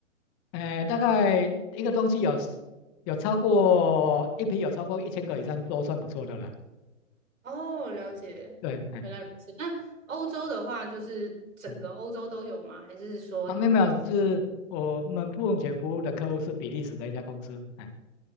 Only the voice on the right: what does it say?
哦，了解，
原来如此。那欧洲的话，就是整个欧洲都有吗？
还是说，